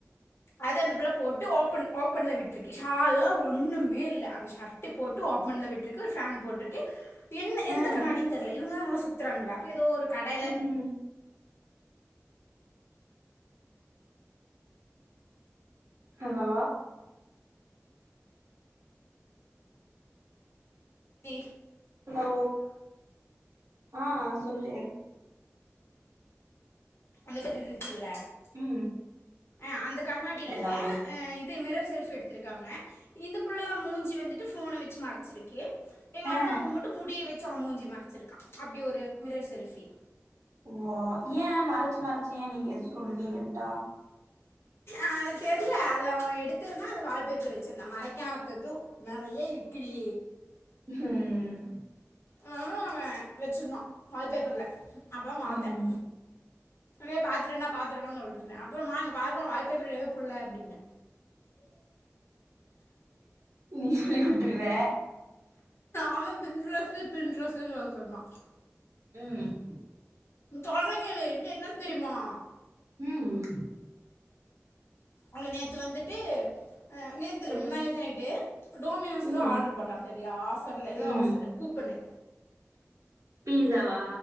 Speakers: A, on the left; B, on the right.
A: அது அந்த புள்ள போட்டு ஓபன் ஓபன்ல விட்டுருக்கு ஷால்லா ஒண்ணுமே இல்ல அந்த ஷட் டு போட்டு ஓப்பன்ல விட்டுருக்கு ஒரு ஃபேன்ட்டு போட்டுருக்கு என்ன எந்த
B: ஆ
A: கண்ணாடின்னு தெர்ல இவங்க தான் நல்லா சுத்தறாங்க இல்ல அப்போ எதோ ஒரு கடைல
B: ம். ஹலோ
A: தீ
B: ஹலோ ஆ சொல்லு
A: அந்த பேரு இருண்ச்சில்ல
B: ம்.
A: ஆ அந்த கண்ணாடியில
B: ஹலோ?
A: ஆ இது மிரர் செல்பி எடுத் துருக்காங்க இந்த பிள்ளையு மூஞ்சி வந்துட்டு போன வச்சி மறச்சிருக்கு எங்க
B: ஆ
A: அண்ணா வந்து முட் டு முடிய வச்சி அவன் மூஞ்சி மறச்சிருக்கான் அப்டி ஒரு மிரர் செல்பி
B: ஓ ஏன் மறச்சி மறச்சி ஏன் நீங்க எது சொல்லுவீங்கன்ட்டா
A: அது தெர்ல அது அவன் எடுத்திருந்தான் அது வால்பேப்பர் வச்சிருந்தான் மறைக்காத்தது நறையா இருக்குடி
B: ஹம்
A: ஆ வச்சிருந்தான் வால் பேப்பர்ல அப்பதான் பாத்தன்
B: ம்.
A: டே பாத்துட்டுன்னா பாத்துட்டுன்னா சொல்ட்டு இருந்தன் அப்பறமா இங்க பாருமா வால் பேப்பர்ல எதோ புள்ள அப்டின்ன
B: நீ சொல்லி் குடுத்துருவ
A: அவன் பின்ட்ரஸ்ஸு பின்ட்ரஸ்ஸு சொல்ட்டுருந்தான்
B: ம்
A: சொல்ற கேளு என்ட்ட என்னா தெரியுமா
B: ம்
A: அவள நேத்து வந்துட்டு ஆ நேத்து இல்ல
B: அ
A: முந்தாநேத்து நைட்டு டோமினோஸில
B: ம்.
A: ஆடர் போட்டான் சரியா ஆஃபர்ல எதோ
B: ம்.
A: ஆஃபர் கூப்பனு
B: பீஸாவா